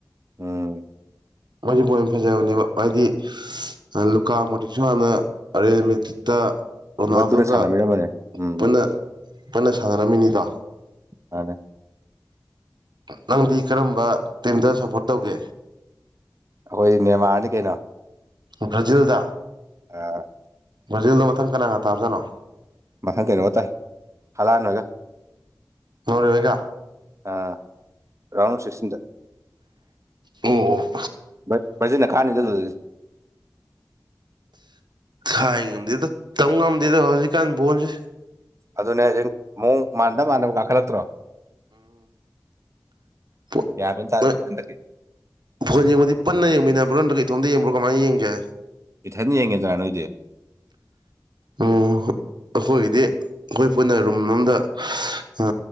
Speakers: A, on the right; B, on the right.
A: ꯎꯝ
B: ꯃꯣꯏꯖꯨ ꯕꯣꯟ ꯌꯥꯝ ꯐꯖꯕꯅꯦꯕ ꯍꯥꯏꯗꯤ ꯂꯨꯀꯥ ꯃꯣꯇꯤꯛꯁꯨ ꯍꯥꯟꯅ ꯔꯦꯑꯜ ꯃꯦꯇ꯭ꯔꯤꯠꯇ ꯔꯣꯅꯥꯜꯗꯣꯒ
A: ꯃꯣꯏ ꯄꯨꯟꯅ ꯁꯥꯟꯅꯃꯤꯔꯝꯕꯅꯦ ꯎꯝ
B: ꯄꯨꯟꯅ
A: ꯎꯝ
B: ꯄꯨꯟꯅ ꯁꯥꯟꯅꯔꯝꯃꯤꯅꯤꯗꯣ
A: <unintelligible>
B: ꯅꯪꯗꯤ ꯀꯔꯝꯕ ꯇꯤꯝꯗ ꯁꯞꯄꯣꯔꯠ ꯇꯧꯒꯦ
A: ꯑꯩꯈꯣꯏ ꯅꯦꯃꯥꯔꯅꯤ ꯀꯩꯅꯣ
B: ꯕꯔꯖꯤꯜꯗ
A: ꯑ
B: ꯕ꯭ꯔꯥꯖꯤꯜꯗ ꯃꯊꯪ ꯀꯅꯥꯒ ꯇꯥꯕꯖꯥꯅꯣ
A: ꯃꯊꯪ ꯀꯩꯅꯣ ꯇꯥꯏ ꯍꯂꯥꯑꯟ ꯍꯣꯏꯒ
B: ꯅꯣꯔꯋꯦꯒ
A: ꯑ ꯔꯥꯎꯟ ꯑꯣꯐ ꯁꯤꯛꯁꯇꯤꯟꯗ
B: ꯑꯣ
A: ꯕ ꯕꯔꯖꯤꯟꯅ ꯀꯥꯟꯅꯤꯗ ꯗꯨꯗꯗꯤ
B: ꯊꯥꯏ ꯉꯝꯗꯦꯗ ꯇꯝ ꯉꯝꯗꯦꯗ ꯍꯧꯖꯤꯛꯀꯥꯟ ꯕꯣꯟꯁꯤ
A: ꯑꯗꯨꯅꯦ ꯍꯢꯖꯤ ꯃꯑꯣꯡ ꯃꯥꯟꯗ ꯃꯥꯟꯗꯕ ꯀꯥꯈꯠꯂꯛꯇ꯭ꯔꯣ
B: ꯄꯣꯠ
A: ꯒ꯭ꯌꯥꯟ ꯃꯦꯟ ꯇꯥꯗꯦꯕ
B: ꯑ
A: ꯍꯟꯗꯛꯀꯤ
B: ꯕꯣꯟ ꯌꯦꯡꯕꯗꯤ ꯄꯨꯟꯅ ꯌꯦꯡꯃꯤꯟꯅꯕ꯭ꯔ ꯅ꯭ꯇ꯭ꯔꯒ ꯏꯇꯣꯝꯗ ꯌꯦꯡꯕ꯭ꯔꯣ ꯀꯃꯥꯏꯅ ꯌꯦꯡꯒꯦ
A: ꯏꯊꯟ ꯌꯦꯡꯉꯦꯗꯥ ꯅꯣꯏꯗꯤ
B: ꯑꯣ ꯑꯩꯈꯣꯏꯒꯤꯗꯤ ꯑꯩꯈꯣꯏ ꯄꯨꯟꯅ ꯔꯨꯝ ꯑꯝꯗ ꯑ